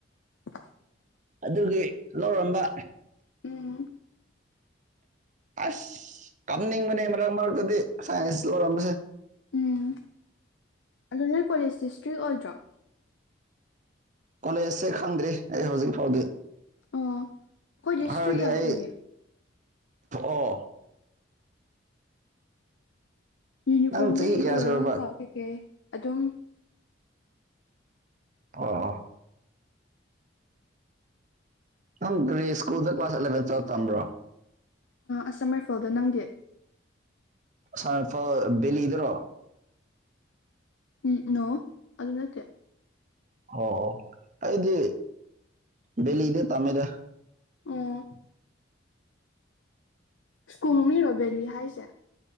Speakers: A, on the left; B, on the right.
A: <unintelligible>
B: ꯑꯗꯨꯒꯤ ꯂꯧꯔꯝꯕ
A: ꯎꯝ
B: ꯑꯁ ꯇꯝꯅꯤꯡꯕꯅꯤ ꯃꯔꯛ ꯃꯔꯛꯇꯗꯤ ꯁꯥꯏꯟꯁ ꯂꯣꯏꯔꯝꯕꯁꯦ
A: ꯎꯝ ꯑꯣ ꯅꯣꯏ ꯀꯣꯂꯦꯖꯁ ꯏꯁꯇ꯭ꯔꯤꯛ ꯑꯣꯏꯗ꯭ꯔꯣ
B: ꯀꯣꯂꯖꯁꯦ ꯈꯪꯗ꯭ꯔꯤ ꯑꯩ ꯍꯧꯖꯤꯛ ꯐꯥꯎꯗꯤ
A: ꯑꯣ ꯑꯩꯈꯣꯏ ꯍꯤꯁꯇ꯭ꯔꯤ
B: ꯍꯥꯏꯔꯗꯤ
A: ꯌꯥꯝ
B: ꯑꯩ
A: ꯎꯌꯦ
B: ꯑꯣ
A: ꯌꯨꯅꯤꯐꯣꯔꯝꯗꯒꯤ
B: ꯅꯪ ꯆꯍꯤ ꯀꯌꯥ
A: ꯍꯧꯔꯒꯀꯣ
B: ꯁꯨꯔꯕ
A: ꯀꯩꯀꯩ ꯑꯗꯨꯝ
B: ꯑꯥ ꯅꯪ ꯀꯔꯤ ꯁ꯭ꯀꯨꯜꯗ ꯀ꯭ꯂꯥꯁ ꯑꯦꯂꯚꯦꯟ ꯆ ꯇꯝꯕ꯭ꯔꯣ
A: ꯑꯁꯝ ꯔꯔꯤꯐꯣꯜꯗꯣ ꯅꯪꯗꯤꯦ
B: ꯁꯄ ꯂꯤꯗ꯭ꯔꯣ
A: ꯎꯝ ꯅꯣ ꯑꯗꯨꯅꯠꯇ
B: ꯑꯣ ꯑꯣ ꯑꯩꯗꯤ ꯕꯦꯂꯤꯗ ꯇꯝꯃꯦꯗꯦ
A: ꯎꯝ ꯁ꯭ꯀꯨꯝ ꯃꯤꯔꯣ ꯕꯚꯦꯂꯤ ꯍꯥꯏꯁꯦ